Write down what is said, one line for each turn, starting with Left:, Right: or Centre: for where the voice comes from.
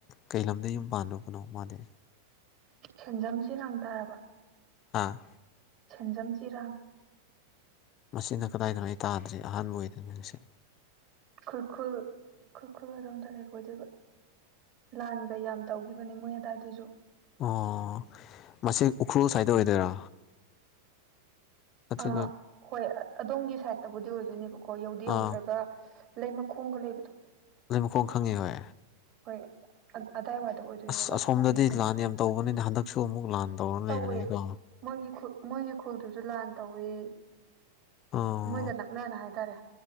Left: ꯀꯩ ꯂꯝꯣꯝꯗ ꯌꯨꯝ ꯄꯥꯟꯕꯅꯣ ꯃꯥꯗꯤ
Right: ꯁꯦꯟꯖꯝꯁꯤꯦꯔꯥꯡ ꯇꯥꯔꯕ
Left: ꯍꯥꯥ
Right: ꯁꯦꯟꯖꯝ ꯆꯔꯥꯡ
Left: ꯃꯁꯤꯅ ꯀꯗꯥꯏꯗꯅꯣ ꯑꯩ ꯇꯥꯗ꯭ꯔꯤ ꯑꯍꯥꯟꯕ ꯑꯣꯏꯗꯣꯏꯅꯁ
Right: ꯈꯨꯔꯈꯨꯜ ꯈꯨꯔꯈꯨꯜ ꯑꯣꯝꯇ ꯂꯩꯕ ꯑꯣꯏꯗꯣꯏꯕ ꯂꯥꯟꯒ ꯌꯥꯝ ꯇꯧꯈꯤꯕꯅꯦ ꯃꯣꯏ ꯑꯗꯥꯏꯗꯨꯁꯨ
Left: ꯑꯣ ꯃꯁꯤ ꯎꯈ꯭ꯔꯨꯜ ꯁꯥꯏꯠꯇ ꯑꯣꯏꯗꯣꯏꯔꯥ ꯅꯠꯇ꯭ꯔꯒ
Right: ꯑ ꯍꯣꯏ ꯑꯗꯣꯝꯒꯤ ꯁꯥꯏꯗꯠꯇꯕꯨꯗꯤ ꯑꯣꯏꯗꯣꯏꯅꯦꯕꯀꯣ ꯌꯧꯗꯤ ꯌꯧꯗ꯭ꯔꯒ
Left: ꯑꯥ
Right: ꯂꯩ ꯃꯈꯣꯡꯒ ꯂꯩꯕꯗꯣ
Left: ꯂꯩꯕꯀꯣꯡ ꯈꯪꯉꯤ ꯍꯣꯏ
Right: ꯍꯣꯏ ꯑꯗꯥꯏꯋꯥꯏꯗ ꯑꯣꯏꯗꯣꯏꯅꯦꯕ
Left: ꯑꯁ ꯑꯁꯣꯝꯗꯗꯤ
Right: ꯑꯗꯨꯒꯅ
Left: ꯂꯥꯟ ꯌꯥꯝ ꯇꯧꯕꯅꯤꯅ ꯍꯟꯗꯛꯁꯨ ꯑꯃꯨꯛ ꯂꯥꯟ ꯇꯧꯔ
Right: ꯇꯧꯋꯦ
Left: ꯂꯩꯕꯅꯤꯀꯣ
Right: ꯃꯣꯏꯒꯤ ꯈꯨ ꯃꯣꯏꯒꯤ ꯈꯨꯜꯗꯨꯁꯨ ꯂꯥꯟ ꯇꯧꯏ
Left: ꯑꯣ
Right: ꯃꯣꯏꯒ ꯅꯛꯅꯅ ꯍꯥꯏꯇꯥꯔꯦ